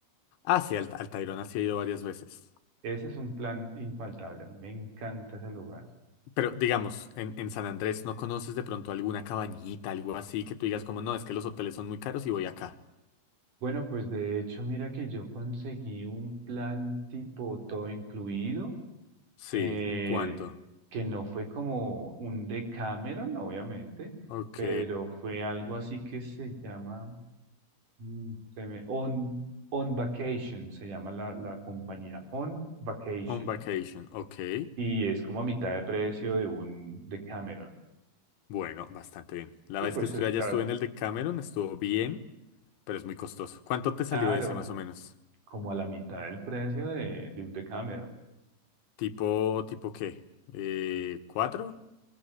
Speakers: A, on the left; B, on the right.
A: Ah, sí, al, al Tayrona sí he ido varias veces.
B: Ese es un plan infaltable, me encanta ese lugar.
A: Pero digamos, en, en San Andrés, ¿no conoces de pronto alguna cabañita, algo así, que tú digas como, no, es que los hoteles son muy caros y voy acá?
B: Bueno, pues de hecho, mira que yo conseguí un plan tipo todo incluido
A: Sí,
B: eh,
A: ¿en cuánto?
B: que no fue como un Decameron, obviamente,
A: Ok.
B: pero fue algo así que se llama, mm, se me- On, On Vacation, se llama la, la compañía, On Vacation,
A: On vacation, ok.
B: y es como a mitad de precio de un Decameron.
A: Bueno, bastante bien. La
B: Y
A: vez
B: pues
A: que estuve
B: está
A: allá estuve en el de Cameron, estuvo bien, pero es muy costoso. ¿Cuánto te salió
B: claro,
A: ese más o menos?
B: como a la mitad del precio de, de un Decameron,
A: ¿Tipo, tipo qué? Eh, ¿cuatro?